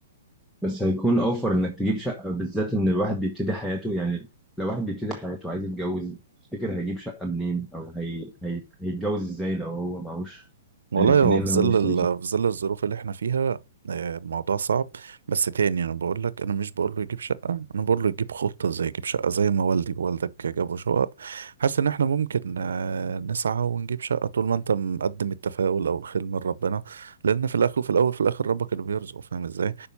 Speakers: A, in the centre; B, on the right (about 80°).
A: بس هيكون اوفر انك تجيب شقه بالذات ان الواحد بيبتدي حياته يعني لو واحد بيبتدي حياته عايز يتجوز تفتكر هيجيب شقه منين او هي... هي... هيتجوز ازاي لو هو معهوش
B: والله
A: الامكانيه
B: هو
A: ان
B: في ظل
A: هو يشتري شقه
B: ال- في ظل الظروف اللي احنا فيها آه، الموضوع صعب بس تاني انا بقول لك انا مش بقول له يجيب شقة انا بقول له يجيب خطة زي يجيب شقة زي ما والدي ووالدك جابوا شقق حاسس ان احنا ممكن آه، نسعى ونجيب شقة طول ما انت مقدم التفاؤل او الخير من ربنا لان في الاخر وفي الاول في الاخر ربك اللي بيرزق فاهم ازاي